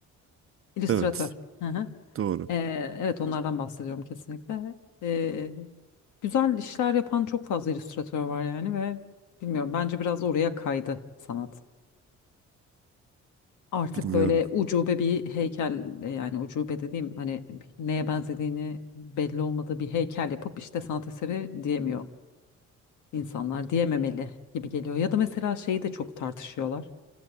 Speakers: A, on the left; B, on the right.
A: <laughs> illüstratör.
B: Evet
A: Hı hı.
B: doğru.
A: Ee, evet onlardan bahsediyorum kesinlikle. Ee, güzel işler yapan çok fazla illüstratör var yani ve bilmiyorum bence biraz oraya kaydı sanat. Artık
B: Bilmiyorum.
A: böyle ucube bir heykel e, yani ucube dediğim hani neye benzediğini belli olmadığı bir heykel yapıp işte sanat eseri diyemiyor insanlar diyememeli gibi geliyor. Ya da mesela şeyi de çok tartışıyorlar.